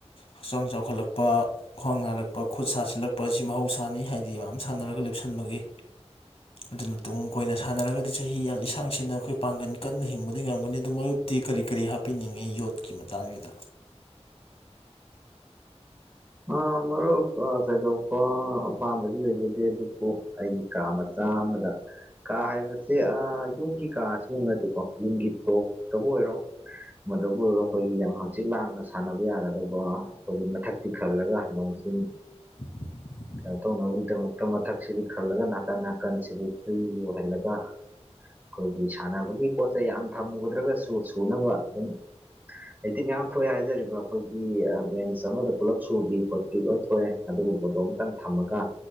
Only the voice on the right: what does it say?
ꯑ ꯃꯔꯨꯞ ꯑ ꯊꯣꯏꯗꯣꯛꯄ ꯑꯄꯥꯝꯕꯗꯤ ꯂꯩꯖꯗꯦ ꯑꯗꯨꯕꯨ ꯑꯩꯒꯤ ꯀꯥ ꯃꯆꯥ ꯆꯝꯃꯗ ꯀꯥ ꯍꯥꯏꯕꯁꯦ ꯑ ꯌꯨꯝꯒꯤ ꯀꯥ ꯁꯤꯕꯨ ꯅꯠꯇꯦꯀꯣ ꯌꯨꯝꯒꯤ ꯇꯣꯞꯇꯕꯨ ꯑꯣꯏꯔꯣ ꯃꯗꯕꯨ ꯑꯣꯏꯔꯣ ꯑꯩꯈꯣꯏꯒꯤ ꯌꯥꯝ ꯍꯪꯆꯤꯛ ꯂꯥꯡꯅ ꯁꯥꯟꯅꯕ ꯌꯥꯒꯗꯧꯕ ꯑꯩꯈꯣꯏꯒꯤ ꯃꯊꯛ ꯈꯜꯂꯒ ꯅꯣꯡꯆꯤꯡ
ꯀꯩꯅꯣ ꯇꯧꯅꯕꯒꯤꯗꯃꯛꯇ ꯃꯊꯛꯁꯤꯗꯤ ꯈꯜꯂꯒ ꯅꯥꯀꯟ ꯅꯥꯀꯟꯁꯤꯗꯤ ꯐ꯭ꯔꯤ ꯑꯣꯏꯍꯜꯂꯒ ꯑꯩꯈꯣꯏꯒꯤ ꯁꯥꯟꯅꯕꯒꯤ ꯄꯣꯠꯆꯩ ꯌꯥꯝ ꯊꯝꯃꯨꯗ꯭ꯔꯒꯁꯨ ꯁꯨꯅꯕ ꯑꯗꯨꯝ ꯍꯩꯇꯤ ꯃꯌꯥꯝ ꯊꯣꯛꯑꯦ ꯍꯥꯏꯖꯔꯤꯕ ꯑꯩꯈꯣꯏꯒꯤ ꯕꯦꯟꯁ ꯑꯃꯒ ꯄꯨꯂꯞ ꯁꯨꯕꯤ ꯈꯣꯠꯄꯤ ꯂꯣꯏ ꯊꯣꯛꯑꯦ ꯑꯗꯨꯒꯨꯝꯕꯗꯣ ꯑꯃꯨꯇꯪ ꯊꯝꯃꯒ